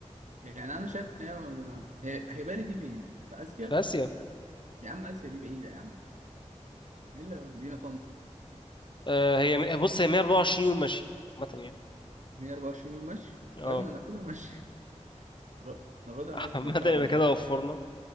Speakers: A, on the right (about 80°); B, on the left (about 40°).
A: يعني أنا شايف إن هي هي هي بالي دي فين؟ في آسيا؟
B: في آسيا
A: يا عم آسيا دي بعيدة يا عم دي اللي مدينا طنطا
B: آه، هي بص هي 124 يوم ماشي عامة يعني
A: 124 يوم ماشي
B: أه
A: طيب ما ناخدها ماشي <laughs> ناخدها
B: <laughs>
A: ماشي
B: عامة
A: وبتاع
B: يبقى
A: ما-
B: كده وفرنا